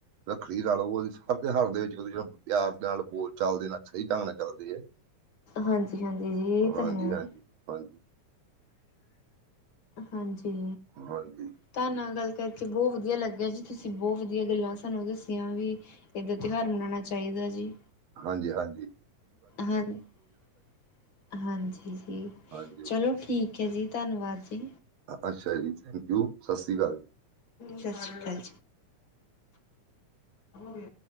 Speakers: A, on the right (about 60°); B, on the left (about 45°).
A: ਰੱਖੜੀ ਲਾਲੋ ਉਹਦੇ ਹਰ ਤਿਉਹਾਰ ਦੇ ਵਿੱਚ ਪਿਆਰ ਦੇ ਨਾਲ ਬੋਲ ਚਾਲਦੇ ਨਾਲ ਸਹੀ ਢੰਗ ਨਾਲ ਚੱਲਦੇ ਹੈ।
B: ਹਾਂਜੀ-ਹਾਂਜੀ, ਜੀ ਇਹ
A: ਹਾਂਜੀ
B: ਤਾਂ ਹੈ।
A: ਹਾਂਜੀ ਹਾਂਜੀ।
B: ਹਾਂਜੀ।
A: ਬਸ ਜੀ।
B: ਤੁਹਨ ਨਾਲ ਗੱਲ ਕਰਕੇ ਬਹੁਤ ਵਧੀਆ ਲੱਗਿਆ ਜੀ, ਤੁਸੀਂ ਬਹੁਤ ਵਧੀਆ ਗੱਲਾਂ ਸਾਨੂੰ ਦੱਸੀਆਂ ਵੀ। ਇੱਦਾਂ ਤਿਉਹਾਰ ਮਨਾਉਣਾ ਚਾਹੀਦਾ ਜੀ।
A: ਹਾਂਜੀ-ਹਾਂਜੀ।
B: ਹਾਂ-ਹਾਂਜੀ, ਜੀ
A: ਹਾਂਜੀ
B: ਚਲੋ ਠੀਕ ਹੈ ਜੀ, ਧੰਨਵਾਦ ਜੀ।
A: ਅੱਛਾ ਜੀ, ਥੈਂਕ ਯੂ, ਸਤਿ ਸ਼੍ਰੀ ਅਕਾਲ ਜੀ।
B: ਸਤਿ ਸ਼੍ਰੀ ਅਕਾਲ ਜੀ।